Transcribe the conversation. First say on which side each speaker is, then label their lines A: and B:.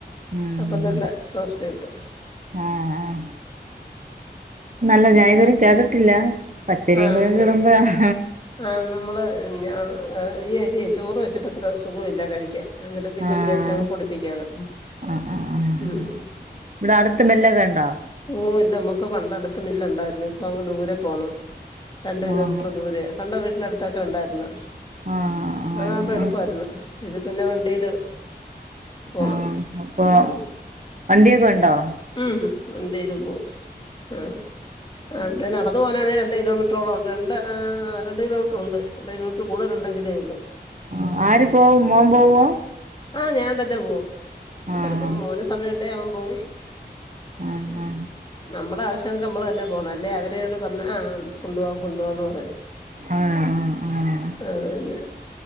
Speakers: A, on the right; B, on the left.
A: ഉം
B: അപ്പൊ
A: ഉം
B: നല്ല സോഫ്റ്റ് ആയിട്ടും
A: ആഹ് ആഹ് നല്ല ഞാൻ ഇതുവരേം കേട്ടിട്ടില്ല പച്ചരിം
B: ആഹ്
A: കൂടിക്ക ഇടുമ്പോഴാണ്
B: ആഹ് നമ്മള് ഞ ആ ഈ അരിയേ ചോറ് വെച്ചിട്ട് അത്ര സുഖവില്ല കഴിക്കാൻ എന്നിട്ട് പിന്നെ
A: ആഹ്
B: വിചാരിച്ചങ്ങ് പൊടിപ്പിക്കാന്ന്
A: ആഹ് ആഹ് ആഹ്
B: ഉം
A: ഇവിടെ അടുത്ത് മില്ലൊക്കെ ഉണ്ടോ
B: ഓഹ് എന്താമ്മ ക്ക് പണ്ടടുത്ത് മില്ല് ഉണ്ടാരുന്നു ഇപ്പങ്ങ് ദൂരെ പോണം രണ്ട് കിലോമീറ്റർ
A: ആഹ്
B: ദൂരെയാ പണ്ട് വീട്ടിനടുത്തായിട്ട് ഉണ്ടാരുന്നു
A: ആഹ് ആഹ്
B: അതാകുമ്പം
A: ആഹ്
B: എളുപ്പാരുന്നു ഇത് പിന്നെ വണ്ടിയില് പോണം
A: ആഹ് അപ്പൊ
B: ഉം
A: വണ്ടിയൊക്കെ ഉണ്ടോ
B: ഉം വണ്ടില് പോ ആഹ് അതെ നടന്ന പോനാന്നെ രണ്ട് കിലോമീറ്ററോളം രണ്ട് ഏഹ് രണ്ട് കിലോമീറ്റർ ഉണ്ട് രണ്ട് കിലോമീറ്റർ കൂട്തൽ ഉണ്ടെങ്കിലേ ഉള്ള്
A: ആഹ് ആര് പോകും മോൻ പോവോ
B: ആഹ് ഞാൻ തന്നെ പോവും
A: ആഹ്
B: ചിലപ്പോ മോന് സമയുണ്ടെ ആവൻ പോവും
A: ആഹ്
B: ഉം നമ്മുടെ ആവശ്യ ത്തങ്ക് നമ്മള് തന്നെ പോണം അല്ലേ അവരോട് പറഞ ആ കൊണ്ടു പോവാ കൊണ്ടു പോവാന്ന് പറയും
A: ആഹ് ആഹ് ആഹ്
B: അതന്നെ